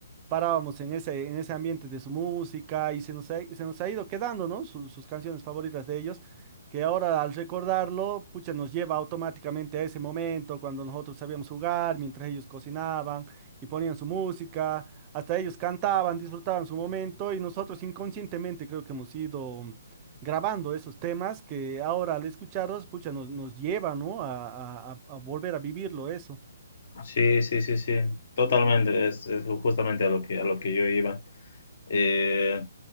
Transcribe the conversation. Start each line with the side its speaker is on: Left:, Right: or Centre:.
Right: parábamos en ese, en ese ambiente de su música y se nos ha, se nos ha ido quedando, ¿no? Sus, sus canciones favoritas de ellos, que ahora al recordarlo, pucha, nos lleva automáticamente a ese momento cuando nosotros sabíamos jugar, mientras ellos cocinaban y ponían su música, hasta ellos cantaban, disfrutaban su momento y nosotros inconscientemente creo que hemos ido grabando esos temas que ahora al escucharlos, pucha, nos, nos lleva, ¿no? A, a- a- a volver a vivirlo eso.
Left: Sí, sí, sí, sí, totalmente, es, es justamente a lo que, a lo que yo iba. Eh,